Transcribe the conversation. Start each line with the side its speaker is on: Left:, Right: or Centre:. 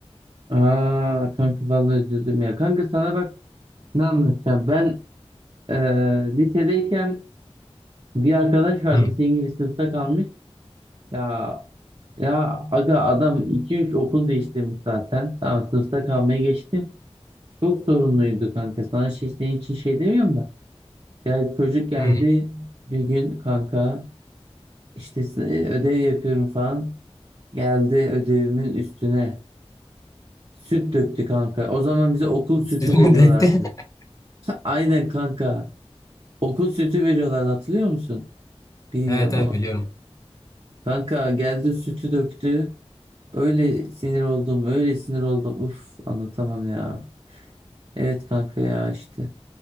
Right: Aa kanka vallahi üzüldüm ya. Kanka sana bak ne anlatacağım. Ben eee lisedeyken Bir arkadaş vardı
Left: Hı.
Right: senin gibi sınıfta kalmış. Ya ya aga adam iki üç okul değiştirmiş zaten. Tamam sınıfta kalmaya geçtim. Çok sorunluydu kanka. Sana şey, senin için şey demiyorum da. Ya çocuk geldi
Left: Hı.
Right: bir gün kanka İşte e, ödev yapıyorum falan. Geldi ödevimin üstüne süt döktü kanka. O zaman bize okul
Left: Sizin
Right: sütü veriyorlardı.
Left: mi denkti? <laughs>
Right: <laughs> Aynen kanka. Okul sütü veriyorlardı hatırlıyor musun? Bilmiyorum.
Left: Evet evet
Right: O-
Left: biliyorum.
Right: Kanka geldi sütü döktü. Öyle sinir oldum, öyle sinir oldum. Uf, anlatamam ya. Evet kanka ya işte.